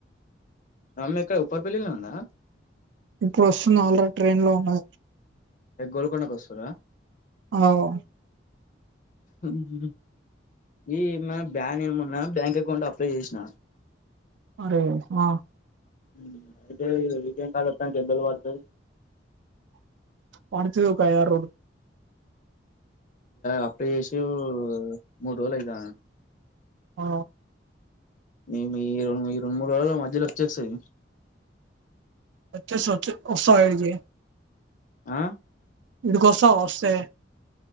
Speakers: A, on the left; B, on the right.
A: మమ్మీ ఇక్కడ ఉప్పరపల్లిలో ఉందా
B: ఇప్పుడు వస్తుంది ఆల్రెడీ ట్రైన్ లోను
A: ఏ గోల్కండ కు వస్తూర్ర
B: ఆవ్
A: ఉహు ఈ ఏమ బ్యాన మొన్న బ్యాంక్ అకౌంట్ అప్లై చేసినా
B: అరే ఆ
A: ఉ అయితే ఏటీఎం కార్డు వత్తానికి ఎన్ని రోజులు పడతాయి
B: పడుతుది ఒక ఐదు ఆరు రోజులు
A: అప్లై చేసీ మూడు రోజుల అయిద
B: ఆ
A: మేము ఈ రెండు ఈ రెండు మూడు రోజుల మధ్యలో వచ్చేసిది
B: వచెస్ వస్తావా ఇడికి
A: ఆ
B: ఈటీకోస్తవ వస్తె